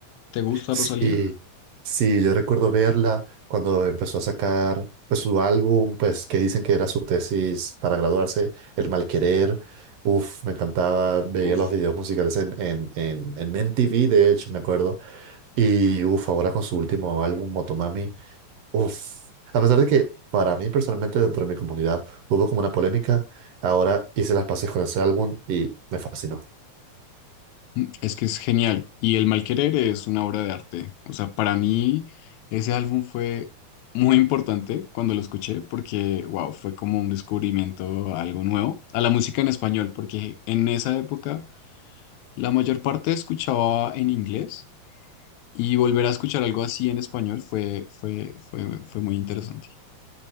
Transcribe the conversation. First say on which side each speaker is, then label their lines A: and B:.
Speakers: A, on the left; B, on the right.
A: ¿Te gusta
B: Sí,
A: Rosalía?
B: sí, yo recuerdo verla cuando empezó a sacar pues su álbum, pues que dicen que era su tesis para graduarse, El Malquerer. Uf, me encantaba, veía
A: Uf.
B: los videos musicales en, en, en, en MTV, de hecho, me acuerdo. Y uf, ahora con su último álbum, Motomami, uf, a pesar de que para mí personalmente dentro de mi comunidad hubo como una polémica, ahora hice las paces con ese álbum y me fascinó.
A: Mm, Es que es genial. Y El Mal Querer es una obra de arte. O sea, para mí ese álbum fue muy importante cuando lo escuché porque, wow, fue como un descubrimiento, algo nuevo a la música en español, porque en esa época la mayor parte escuchaba en inglés y volver a escuchar algo así en español fue, fue, fue, fue muy interesante.